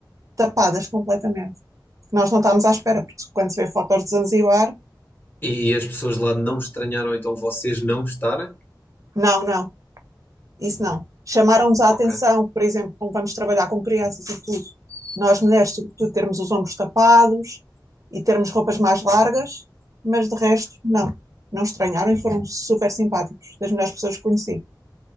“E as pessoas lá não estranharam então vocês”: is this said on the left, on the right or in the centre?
Left